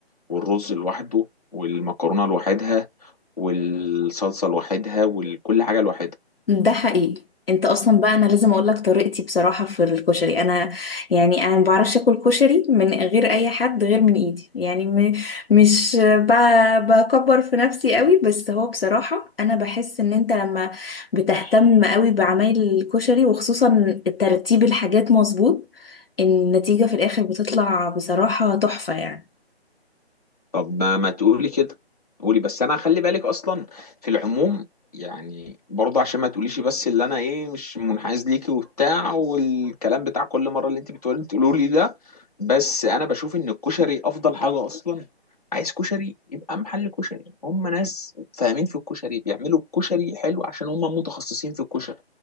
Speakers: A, on the left (about 35°); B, on the left (about 60°).
A: والرز لوحده والمكرونه لوحدها والصلصه لوحدها وكل حاجه لوحدها
B: ده حقيقي انت اصلا بقى انا لازم اقول لك طريقتي بصراحه في الكشري انا يعني انا ما بعرفش اكل كشري من غير اي حد غير من ايدي يعني م... مش ب- بكبر في نفسي قوي بس هو بصراحه انا بحس ان انت لما بتهتم قوي بعمايل الكشري وخصوصا ترتيب الحاجات مظبوط النتيجه في الاخر بتطلع بصراحه تحفه يعني
A: طب ما ما تقولي كده قولي بس انا خلي بالك اصلا في العموم يعني برضه عشان ما تقوليش بس اللي انا ايه مش منحاز ليكي وبتاع والكلام بتاع كل مره اللي انت بتقولي تقولوا لي ده بس انا بشوف ان الكشري افضل حاجه اصلا عايز كشري يبقى محل كشري هم ناس فاهمين في الكشري بيعملوا الكشري حلو عشان هم متخصصين في الكشري